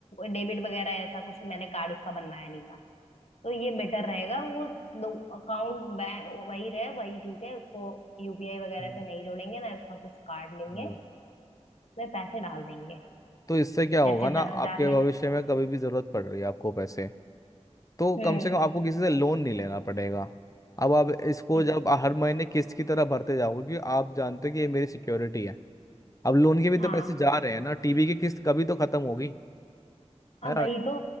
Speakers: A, on the left; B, on the left.
A: डेबिट वगैरह ऐसा कुछ मैंने कार्ड उसका बनवाया नहीं था तो ये बेटर रहेगा वो दो अकाउंट बैंक वही रहे वही ठीक है उसको यूपीआई वगैरह
B: हम्म।
A: से नहीं जोड़ेंगे ना उसका कुछ कार्ड लेंगे
B: वो।
A: उसमें पैसे डाल देंगे
B: तो इससे क्या होगा
A: जैसे
B: ना
A: दस
B: आपके
A: हजार में
B: भविष्य में कभी भी जरूरत पड़ रही है आपको पैसे तो
A: हम्म
B: कम से कम आपको किसी से लोन नहीं लेना पड़ेगा अब आप इसको
A: exactly.
B: जब हर महीने किस्त की तरह भरते जाओगे क्योंकि आप जानते हो कि ये मेरी सिक्योरिटी है अब लोन के भी
A: हाँ
B: तो पैसे जा रहे हैं ना टीवी की किस्त कभी तो खत्म होगी
A: अब
B: है ना
A: वही तो